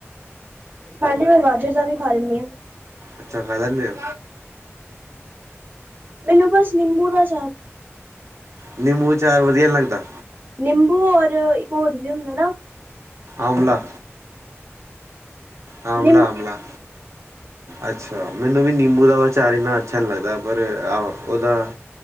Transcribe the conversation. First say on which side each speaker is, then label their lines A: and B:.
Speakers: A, on the right; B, on the right.
A: ਹਾਂਜੀ ਮੈਂ ਬਾਾਜਰ ਦਾ ਵੀ ਖਾ ਲੈਂਨੀ ਆਂ।
B: ਅੱਛਾ, ਖਾ ਲੈਂਦੇ ਔ।
A: ਮੈਨੂੰ ਬਸ ਨਿੰਬੂ ਦਾ ਅਚਾਰ
B: ਨਿੰਬੂ ਅਚਾਰ ਵਧੀਆ ਨ ਲੱਗਦਾ।
A: ਨਿੰਬੂ ਔਰ ਇੱਕ ਹੋਰ ਵੀ ਹੁੰਦੈ ਨਾ
B: ਆਮਲਾ ਆਮਲਾ-ਆਮਲਾ।
A: ਨਿੰਬੂ
B: ਅੱਛਾ, ਮੈਨੂੰ ਵੀ ਨਿੰਬੂ ਔ ਅਚਾਰ ਇੰਨਾ ਅੱਛਾ ਨ ਲੱਗਦਾ ਪਰ ਆ ਔ ਔਦਾ